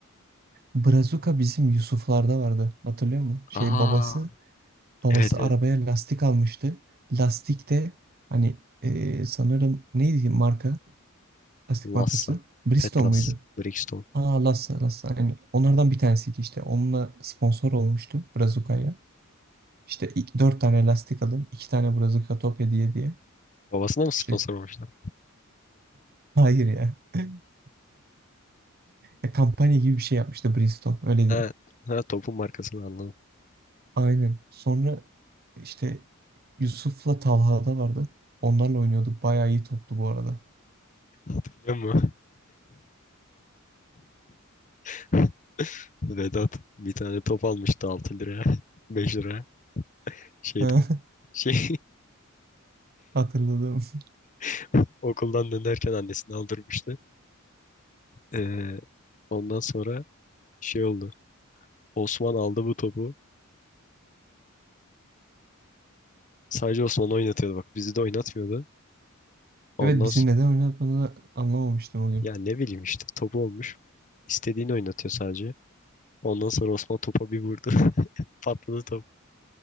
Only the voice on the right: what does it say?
Brazuka bizim Yusuflarda vardı. Hatırlıyor musun? Şey
babası Babası
arabaya lastik almıştı. Lastik de hani e, sanırım neydi marka? Lastik
markası. Bridgestone
muydu?
Aa Lassa Lassa aynen. Onlardan bir tanesiydi işte. Onunla sponsor olmuştu Brazuka'ya. İşte i- dört tane lastik alın. iki tane Brazuka top hediye diye.
İşte
hayır ya. <laughs> Ya kampanya gibi bir şey yapmıştı Bridgestone. Öyle diyeyim.
Aynen. Sonra işte Yusuf'la Talha'da vardı. Onlarla oynuyorduk. Bayağı iyi toptu bu arada.
<laughs>
Hatırladım. <laughs>
Evet bizi
neden oynatmadığını anlamamıştım o gün.